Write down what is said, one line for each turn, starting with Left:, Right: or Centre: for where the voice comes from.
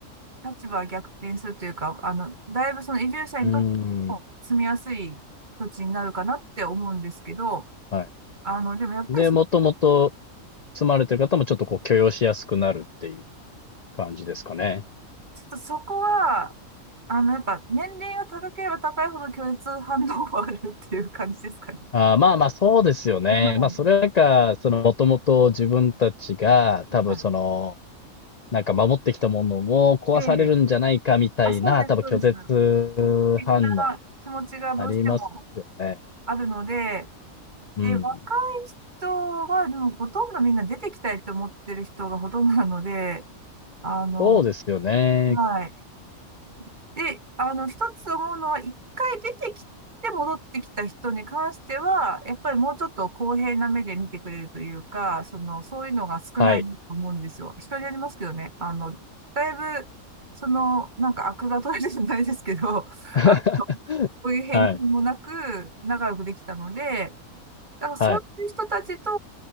Right: 立場は逆転するというか、あの、だいぶその移住者にとっても住みやすい土地になるかなって思うんですけど、
Left: うーん。はい。
Right: あの、でもやっぱりそ、
Left: で、もともと
Right: ち
Left: 住まれてる方もちょっとこう許容しやすくなるっていう感じですかね。
Right: ょっとそこは、あの、やっぱ年齢が高ければ高いほど拒絶反応があるっていう感じですかね。
Left: ああ、まあまあ、そうですよね。
Right: も
Left: まあ、それか、その、もともと自分たちが、
Right: う、
Left: 多分その、
Right: は
Left: なんか守ってきたものも壊されるんじゃないかみたいな、
Right: いで、あ、そうです、
Left: 多分拒絶反応
Right: そうです。的な気持ちがどうしても
Left: ありますよね。
Right: あるので、
Left: うん。
Right: で、若い人は、でもほとんどみんな出てきたいと思ってる人がほとんどなので、あの、
Left: そうですよね。
Right: はい。で、あの、一つ思うのは、一回出てきて戻ってきた人に関しては、やっぱりもうちょっと公平な目で見てくれるというか、その、そういうのが少ないと思うんですよ。
Left: はい。
Right: 人によりますけどね。あの、だいぶ、その、なんか悪が取れるじゃないですけど、<laughs>
Left: <laughs>
Right: あの、そういう偏見もなく、
Left: はい。
Right: 仲良くできたので、だからそういう人たちと
Left: はい。